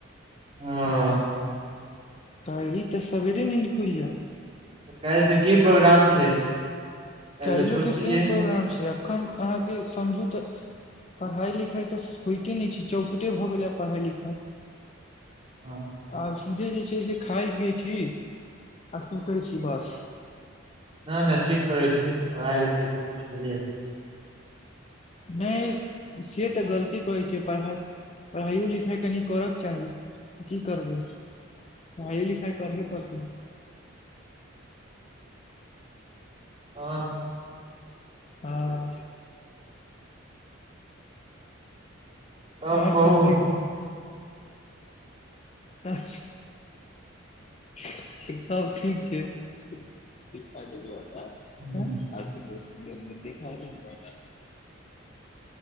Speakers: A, on the right; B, on the left.
A: ह
B: कल्हि तऽ सबेरे नींद खुलि जायत
A: तऽ काल्हिके की प्रोग्राम छै काल्हि
B: कल
A: तऽ छुट्टी
B: क सेम
A: यै
B: प्रोग्राम छै एखन अहाँ के समझू तऽ पढ़ाई लिखाई तऽ होइते नहि छै चौपटे भऽ गेले पढ़ाइ लिखाइ
A: हा
B: आ चूजे जे छै से खाय पियए छी आ सुते छी बस
A: ना ना ठीक करै छी पढ़ाई लिखाई सँ किछु भेले
B: नहि से तऽ गलती करैत छै पढ़ाइ पढ़ाइयो लिखाइ कनि करके चाही की करबै हाँ एलिखाई करहे पड़ते
A: हाँ
B: हँ
A: तब
B: और
A: कहू
B: सब कहिओ तऽ सब ठीक छै आज के न्यूज
A: हूँ,
B: चैनल देख <unintelligible>